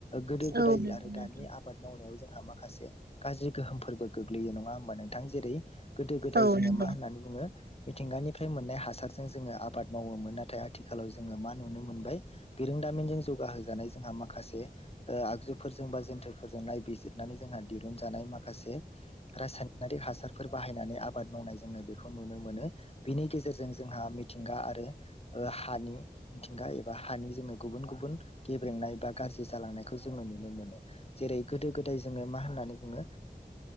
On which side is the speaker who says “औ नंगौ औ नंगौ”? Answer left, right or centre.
Right